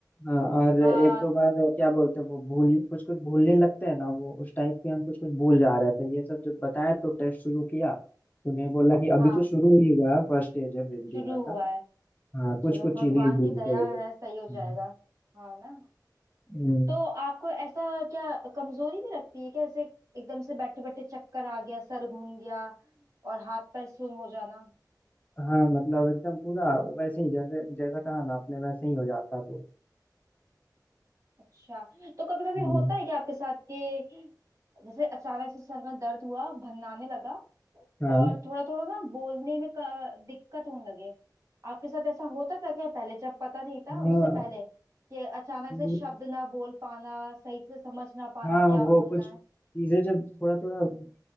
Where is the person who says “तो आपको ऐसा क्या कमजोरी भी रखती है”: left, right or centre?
Right